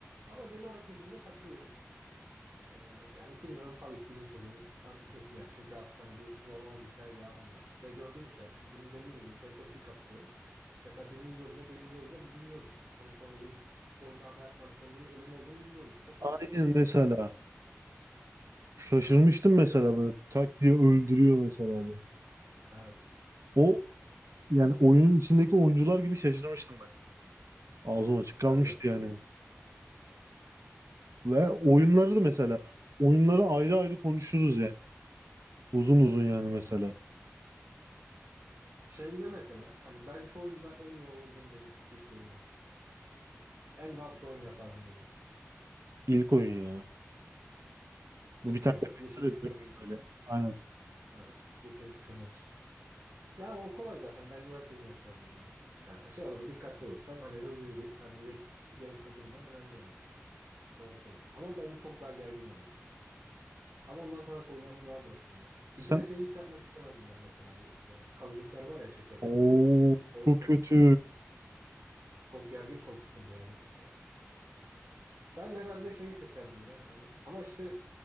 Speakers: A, on the right; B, on the right.
A: Ama genel olarak düşünce katılıyorum. Ee, yani ikinci sezon tabii ki birinci sezondan kötü yani. Çünkü artık hani bir zorlama bir hikaye devamı var. Ve gördüğümüz şeyler. Çünkü bizim dediğin gibi şeye çok iyi katılıyorum. Mesela birinci bölümde birinci oyunda biz bilmiyorduk. Hani sonucun oyunda hata yapmanın sonucunun ölüm olduğunu bilmiyorduk. Şok
B: Aynen
A: olduk yani izlerken.
B: mesela. Şaşırmıştım mesela
A: Değil mi?
B: böyle tak diye öldürüyor mesela böyle.
A: Evet,
B: O yani oyunun içindeki oyuncular gibi şaşırmıştım ben. Ağzım açık kalmıştı
A: ben de.
B: yani. Ve oyunları da mesela oyunları ayrı ayrı konuşuruz yani. Uzun uzun yani mesela.
A: Evet. Şey ne mesela? Hani ben şu oyunda en iyi olurdum dediğin Squid Game'den. En rahat şu oyunu yapardım dediğin.
B: İlk oyun ya.
A: İlk
B: Bu bir tane
A: oyun.
B: bebek
A: Yeşil
B: var ya,
A: ışık,
B: dönüyor
A: kırmızı ışık.
B: böyle. Aynen.
A: Aha. Yeşil ışık, kırmızı ışık. Yani o kolay zaten. Bence o herkesin yapacağı bölümü. Yani şey olur, dikkatli olursan hani hızlı yürüyüp hani yet, gerekte durman önemli yani. Doğru söylüyorsun. Ama bence çok daha gergin oynuyor. Ama ondan sonra oyunlar da daha zor şimdi. Bir
B: Sen
A: kere şeyi hiç yapmak istemezdim ben mesela. Bu e, kazıklar var ya şekeri.
B: Oo
A: O
B: çok
A: çok
B: kötü.
A: sıkıntı. Çok gergin, çok sıkıntı yani. E, ben herhalde şeyi seçerdim ya. Hani ama işte